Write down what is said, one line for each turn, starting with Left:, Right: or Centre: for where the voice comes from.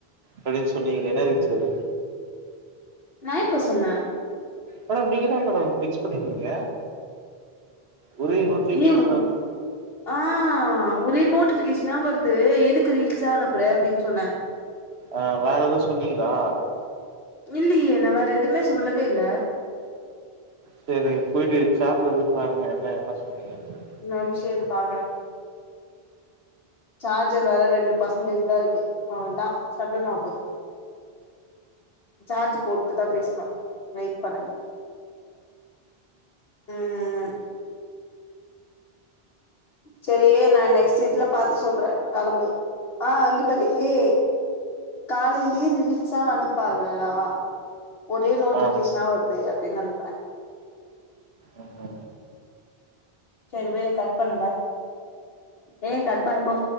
Right: அப்டின் சொன்னீங்ளே என்ன ரீல்ஸ் அது
Left: நா எப்போ சொன்ன
Right: மேடம் நீங்கதா மேடம் பிச் பண்ணிருந்தீங்க ஒரே நோட்டிபிகேஷன்
Left: எ ஊ ஆ ஒரே நோட்டிஃபிகேஷனா வருது எதுக்கு ரீல்ஸா அனுப்புற அப்டின் சொன்ன
Right: அ வேற எது சொன்னீங்ளா
Left: இல்லியே நா வேற எதுமே சொல்லவே இல்ல
Right: செரி போயிட்டு சாட்ல போய் பாருங்க என்ன என்ன சொன்னீங்க அப்டினு
Left: ஒரு நிம்ஷோ இரு பாக்குறே சார்ஜர் வேற ரெண்டு பர்சன்டேஜ்தா இருக்கு அவ்ளோதா சடவுன் ஆவ போது சார்ஜ் போட்டுதா பேஸ்னு வெயிட் பண்ணு ம் செரி நா நெக்ஸ்ட் இதுல பாத்து சொல்றே இப்ப களம்பு ஆ அங்க பாரு ஏ காலைலியே ரீல்சா அனுப்பாதடா ஒரே நோட்டிஃபிகேஷனா
Right: ஆ
Left: வருது அப்டின் அனுப்புன
Right: ஆமா
Left: செரி வை கட் பண்ணு பாய் ஏ கட் பண்ணுப்போ